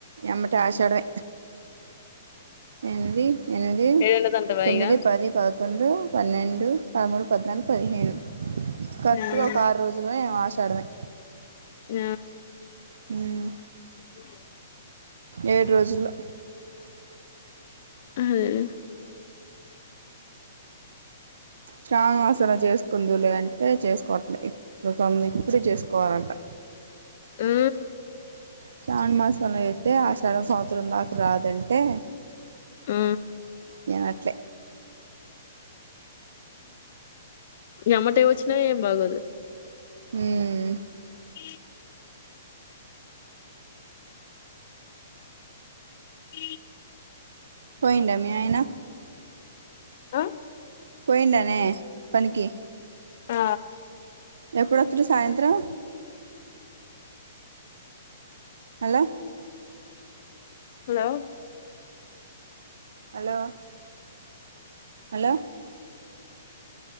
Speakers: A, on the right (about 75°); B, on the left (about 50°).
A: ఎమ్మటె ఆషాడమె ఎనిమిది ఎనిమిది
B: ఏడెనిమిది అంటవా
A: తొమ్మిది
B: ఇగ
A: పది పదకొండు పన్నెండు పదమూడు పద్నాలుగు పదిహేను కరెక్ట్గా
B: ఆ
A: ఒక ఆరు రోజుల్లోను ఆశ షాడమే
B: ఆ
A: ఉమ్
B: ఉ
A: ఏడ్ రోజుల్లో
B: అదేలె
A: శ్రావణవాసం చేసుకుందు లే అంటే చేసుకోవట్లే మ ఇప్పుడ ఈ చేసుకోవాలంట
B: ఆ
A: శ్రావణ మాసంలో అయితే ఆషాడం సంవత్సరం దాక రాదంటే
B: ఉ
A: నేనట్లే
B: ఎమ్మటె వచ్చిన ఏం బాగోదు
A: హ్మ్
B: ఈ ఈ
A: పోయిండ మీ ఆయన
B: అ!
A: పోయిడానే పనికి?
B: ఆ
A: ఎప్పుడు వస్తడు సాయంత్రం హలో
B: హలో
A: హలో హలో